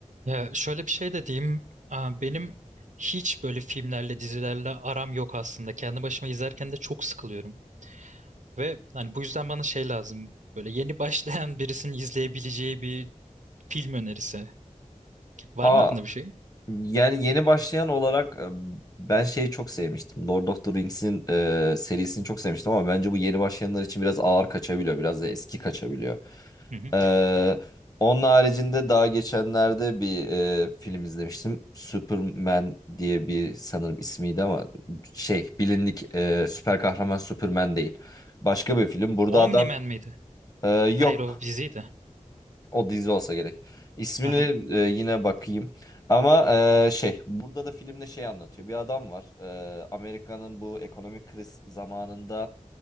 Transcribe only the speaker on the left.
Aa,
yani yeni başlayan olarak e, ben şeyi çok sevmiştim. Lord of the Rings'in e, serisini çok sevmiştim ama bence bu yeni başlayanlar için biraz ağır kaçabiliyor. Biraz da eski kaçabiliyor.
Ee, onun haricinde daha geçenlerde bir e, film izlemiştim. Superman diye bir sanırım ismiydi ama şey bilindik e, süper kahraman Superman değil. Başka bir film. Burada
adam
e, yok.
O dizi olsa gerek. İsmini
e, yine bakayım. Ama e, şey burada da filmde şey anlatıyor. Bir adam var. E, Amerika'nın bu ekonomik kriz zamanında